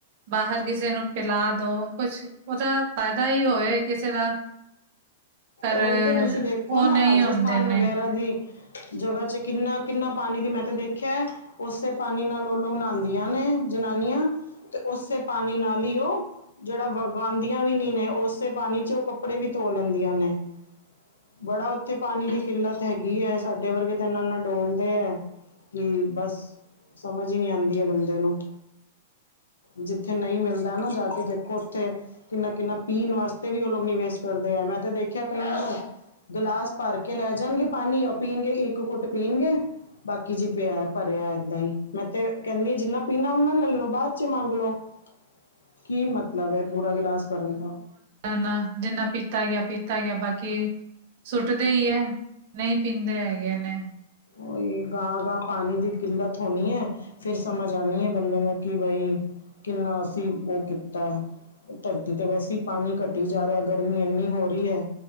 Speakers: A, on the right; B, on the left.
A: ਬਾਹਰ ਕਿਸੇ ਨੂੰ ਪਿਲਾ ਦੋ, ਕੁਛ ਉਹਦਾ ਫਾਇਦਾ ਹੀ ਹੋਏ ਕਿਸੇ ਦਾ ਪਰ
B: ਉਹੀ ਤੇ ਤੁਸੀਂ ਦੇਖੋ
A: ਉਹ
B: ਨਾ
A: ਨਹੀਂ
B: ਰਾਜਸਥਾਨ
A: ਹੁੰਦੇ ਨੇ
B: ਵਗੈਰਾ ਦੀ ਜਗ੍ਹਾ ਚ ਕਿੰਨਾ ਕਿੰਨਾ ਪਾਣੀ ਦੀ ਮੈਂ ਤੇ ਦੇਖਿਆ ਐ। ਉਸੇ ਪਾਣੀ ਨਾਲ ਉਹ ਲੋਕ ਨਹਾਦੀਆਂ ਨੇ ਜਨਾਨੀਆਂ ਤੇ ਉਸੇ ਪਾਣੀ ਨਾਲ ਹੀ ਉਹ ਜਿਹੜਾ ਵਗਵਾਂਦੀਆਂ ਵੀ ਨੀ ਨੇ, ਉਸੇ ਪਾਣੀ'ਚ ਉਹ ਕੱਪੜੇ ਵੀ ਧੋ ਲੈਂਦੀਆਂ ਨੇ। ਬੜਾ ਉੱਥੇ ਪਾਣੀ ਦੀ ਕਿੱਲਤ ਹੈਗੀ ਹੈ, ਸਾਡੇ ਵਰਗੇ ਤੇ ਇੰਨਾ-ਇੰਨਾ ਡੋਲਦੇ ਐ। ਹੂੰ, ਬਸ ਸਮਝ ਹੀ ਨਹੀਂ ਆਂਦੀ ਹੈ, ਬੰਦੇ ਨੂੰ। ਜਿੱਥੇ ਨਹੀਂ ਮਿਲਦਾ ਨਾ, ਜਾਕੇ ਦੇਖੋ ਉੱਥੇ ਕਿੰਨਾ-ਕਿੰਨਾ ਪੀਨ ਵਾਸਤੇ ਵੀ ਉਹ ਲੋਕ ਨੀ ਵੇਸਟ ਕਰਦੇ ਐ, ਮੈਂ ਤੇ ਦੇਖਿਆ ਕਈਆਂ ਨੂੰ ਗਿਲਾਸ ਭਰਕੇ ਲੈ ਜਾਣਗੇ ਪਾਣੀ ਉਹ ਪੀਣਗੇ, ਇੱਕ ਘੁੱਟ ਪੀਣਗੇ। ਬਾਕੀ ਜੀ ਪਿਆ, ਭਰਿਆ ਏਦਾਂ ਹੀ, ਮੈਂ ਤੇ ਕਹਿੰਦੀ ਜਿੰਨਾ ਪੀਣਾ ਓਨਾ ਲੈਲੋ, ਬਾਅਦ'ਚ ਮੰਗਲੋ। ਕੀ ਮਤਲਬ ਐ, ਪੂਰਾ ਗਿਲਾਸ ਭਰਨ ਦਾ।
A: ਨਾ, ਜਿੰਨਾ ਪੀਤਾ ਗਿਆ, ਪੀਤਾ ਤਾ ਗਿਆ, ਬਾਕੀ ਸੁੱਟਦੇ ਈ ਹੈ, ਨਹੀਂ ਪੀਂਦੇ ਹੈਗੇ ਨੇ।
B: ਉਈ, ਗਾਂਹ-ਗਾਂਹ ਪਾਣੀ ਦੀ ਕਿੱਲਤ ਹੋਣੀ ਐ ਫਿਰ ਸਮਝ ਆਣੀ ਐ ਬੰਦੇ ਨੂੰ, ਕਿ ਬਈ ਕਿੰਨਾ ਅਸੀਂ ਉਹ ਕੀਤਾ ਧਰਤੀ ਤੇ ਵੈਸੇ ਈ ਪਾਣੀ ਘਟੀ ਜਾ ਰਿਹਾ, ਗਰਮੀ ਇੰਨੀ ਹੋ ਰਹੀ ਐ‌।